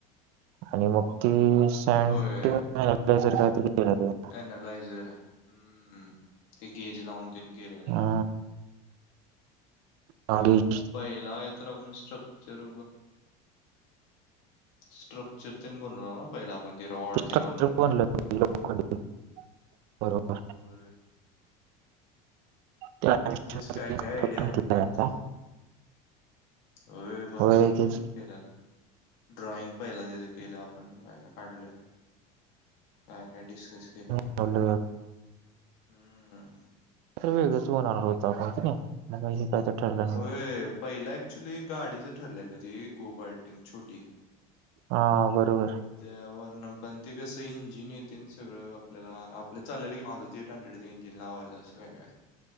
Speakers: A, on the right; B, on the left.
A: आणि मग त सॅटर
B: होय
A: काय त गला
B: पॅनलाइझर ह् ते गेज लावून देन केऱ्याचा
A: हा ह
B: पहिला आहे तर आपण स्ट्रक्चर स्ट्रक्चर ते बनवला ना पहिला पण ते रॉड
A: स्ट्रक्चर
B: ते आणून
A: बनलं होतं लोखंडी बरोबर
B: हो
A: त्या
B: तेच काय काय
A: करून
B: आयडिया म्हणल
A: घेतलं आहे
B: आता
A: का?
B: हो भरपूर
A: होय
B: व
A: तेच
B: का केल्याला ड्रॉइंग पहिला देत केलं आपण ब काय का काढले काय काय डिस्कस केलं
A: म्हन
B: हम्म
A: तर वेगळंच म्हनणार होत आपण नाही मग त ठर
B: होय पहिला ऍक्च्युली गाडीच ठरलेलं होती गोगटिंग छोटी
A: हा बरोबर
B: त्यावरणपण ते कसं इंजिन येते सगळं आपल्याला आपल्या चालेलं की मारुती तथट हंडडेडजइन जिना होव तर तस आहे